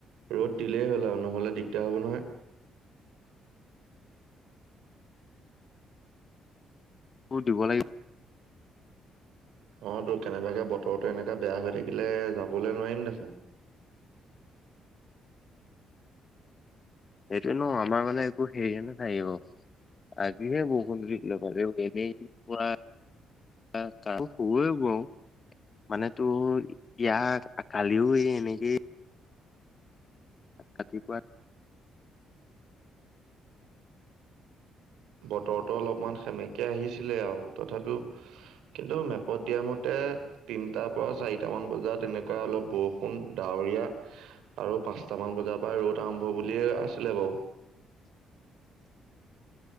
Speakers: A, on the right; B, on the left.
A: ৰ'দ দিলেই হ'ল আৰু নহ'লে দিগদাৰ হ'ব নহয়।
B: আ <unintelligible> ৰ'দ দিব লাগিব।
A: অ তো কেনেবাকে বতৰো এনেকা বেয়া হৈ থাকিলে যাবলৈ নোৱাৰিম দেখোন ।
B: <unintelligible> সেইটোয়ে ন আমাৰ মানে একো হেৰিয়ে নাথাকিব । আজিহে বৰষুণ টো দিলে এনেই পৰা। কাম হব গৈ। মানে তোৰ ইয়াত কালিও এই এনেকে। ৰাতিপুৱা।
A: বতৰতো অলপমান সেমেকে আহিছিলে আৰু তথাপিও কিন্তু মেপত দিয়া মতে, । তিনটাৰ পৰা চাৰিটা মান বজাত এনেকুৱা অলপ বৰষুণ ডাৱৰীয়া আৰু প। পচটামান বজাৰ পৰা ৰ'দ আৰম্ভ বুলিয়ে আছিলে বাৰু।
B: <unintelligible>